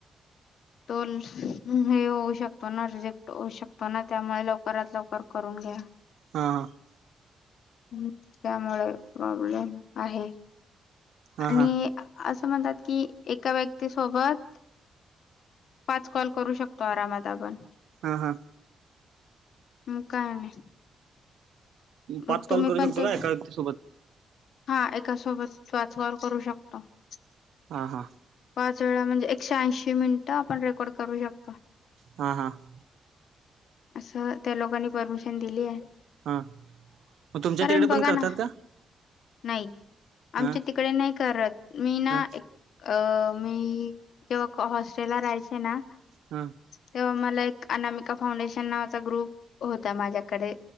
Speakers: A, on the left (about 65°); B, on the right (about 80°).
A: तो ल हे होऊ शकतो नां, रिजेक्ट होऊ शकतो नां त्यामुळे लवकरात लवकर करून घ्या.
B: हां <inaudible>
A: <inaudible> ह् त्यामुळे प्रॉब्लेम आहे
B: हा
A: आणि
B: हा
A: अस अस म्हणतात की एका व्यक्तीसोबत <inaudible> <inaudible> पाच कॉल करू शकतो आरामात आपण
B: हा हा
A: मु कायणे <inaudible>
B: पाच
A: मग तुम्ही
B: कॉल करू
A: पण
B: शकतो
A: त
B: का एका व्यक्ती सोबत
A: <inaudible> हा एका सोबत वाचगॉ करू शकता ह <inaudible>
B: हा हा
A: पाच वेळा म्हणजे एकशे ऐंशी मिनिटं आपण रेकॉर्ड करू शकतो <inaudible>
B: हा हा <inaudible>
A: <inaudible> असं त्या लोकांनी परमिशन दिली आहे
B: <inaudible> हा मग तुमच्या
A: कारण
B: तिकडे
A: बघा
B: पण करतात
A: ना
B: का
A: नाही आमच्या
B: हा
A: तिकडे नाही करत मी ना
B: हा
A: <inaudible> अ मी जेव्हा हॉस्टेलला राहायचे ना
B: हा <inaudible>
A: तेव्हा मला एक अनामिका फाउंडेशन नावाचा ग्रुप होता माझ्याकडे